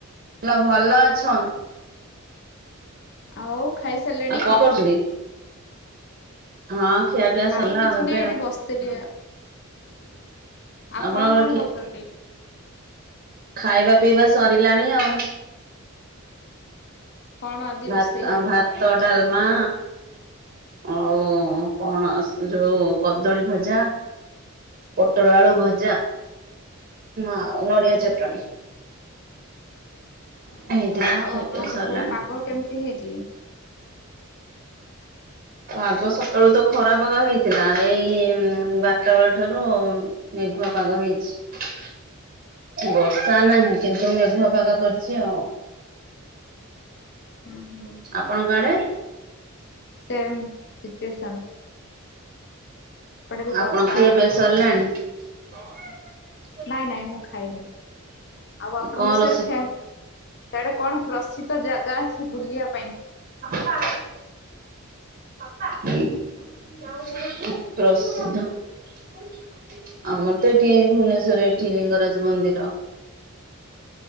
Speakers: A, on the right; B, on the left.
A: ଭଲ ଭଲ ଅଛନ୍।
B: ଆଉ ଖାଇସାରିଲେଣି?
A: କଣ କରୁଛନ୍ତି। ହଁ ଖିଆ ପିଆ
B: ନାଇଁ
A: ସରିଲା
B: କିଛି
A: ଆଉ ଏବେ।
B: ନାଇଁ ଏଇଠି ବସିଥିଲି। ଆପଣ
A: ଆପଣଙ୍କର
B: କଣ
A: ଖିଆ
B: କରୁଚନ୍ତି।
A: ଖାଇବା ପିଇବା ସରିଲାଣି ଆଉ।
B: କଣ ଆଜି
A: ଭାତ
B: ରୋଷେଇ ହେଇଥିଲା?
A: ଭାତ ଡାଲମା। ଆଉ ପଣସ ଯୋଉ କଦଳୀ ଭଜା। ପୋଟ ଆଳୁ ଭଜା ଆଉ ନଡିଆ ଚଟଣି। ହେଇଥିଲା
B: ହଁ ଆଉ
A: ଖିଆ
B: ଆପଣଙ୍କ
A: ପିଆ ସରିଲାଣି।
B: ସିଆଡେ ପାଗ କେମିତି ହେଇଛି।
A: ପାଗ ସକାଳୁ ତ ଖରାପାଗ ହେଇଥିଲା ଏଇ ବାରଟା ବେଳ ଠାରୁ ମେଘୁଆ ପାଗ ହେଇଛି। ବର୍ଷା ନାହିଁ କିନ୍ତୁ ମେଘୁଆ ପାଗ କରିଚି ଆଉ।
B: ହୁଁ ହୁଁ
A: ଆପଣଙ୍କ ଆଡେ।
B: ସେମ୍ ସିଚୁଏସନ୍ ଏପଟେ ବି
A: ଆପଣ
B: ବର୍ଷା
A: ଖିଆ
B: ପାଗ
A: ପିଆ ସରିଲାଣି।
B: କରିଛି।
A: ଅହ।
B: ନାଇଁ ନାଇଁ ମୁଁ ଖାଇନି ଆଉ ଆପଣଙ୍କ
A: କଣ ରୋଷେଇ?
B: ସିଆଡେ ଖେଁ ସିଆଡେ କଣ ପ୍ରସିଦ୍ଧ ଜାଗା ଅଛି ବୁଲିବା ପାଇଁ।
A: ବାପା। ପ୍ରସିଦ୍ଧ। ଆମର ତ ଏଠି ଭୁବନେଶ୍ୱରେ ଏଠି ଲିଙ୍ଗରାଜ ମନ୍ଦିର।